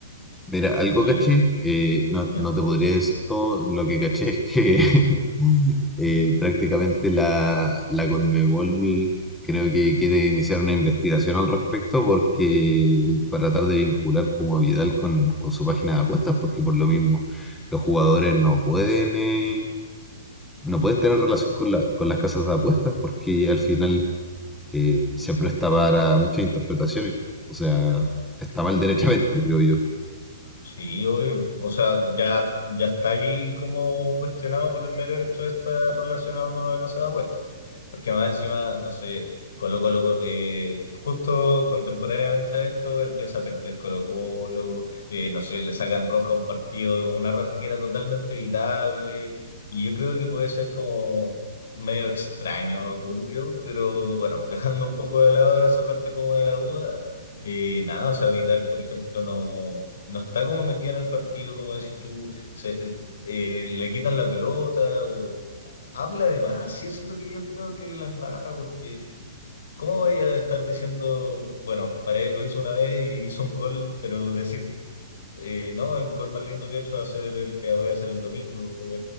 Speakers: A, in the centre; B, on the left (about 65°).
A: Mira, algo
B: y...
A: caché, eh, no,
B: ¿ya?
A: no te podría decir todo, lo que caché es que <laughs> eh, prácticamente la, la Conmebol creo que quiere iniciar una investigación al respecto porque para tratar de vincular como a Vidal con, con su página de apuestas, porque por lo mismo los jugadores no pueden, eh, no pueden tener relación con la- con las casas de apuestas porque al final eh, se presta para muchas interpretaciones. O sea, está mal derechamente, creo yo.
B: Sí, obvio. O sea, ya, ya está ahí como cuestionado por el mero hecho de estar relacionado con una casa de apuestas. Porque más encima, no sé, Colo Colo, eh, justo contemporáneamente a esto empieza a perder Colo Colo, eh, no sé, le sacan roja a un partido, una roja que era totalmente evitable. Y yo creo que puede ser como medio extraño, turbio, pero bueno, dejando un poco de lado esa parte como de la duda. Eh, nada, o sea, Vidal, por ejemplo, no no está como metida en el partido, como decís tú, se, eh, le quitan la pelota o habla de más, y eso es lo que yo creo que la embarra, porque ¿cómo voy a estar diciendo, bueno, para lo hizo una vez y hizo un gol, pero decir, eh, no, el gol más lindo que he hecho va a ser el que voy a hacer el domingo,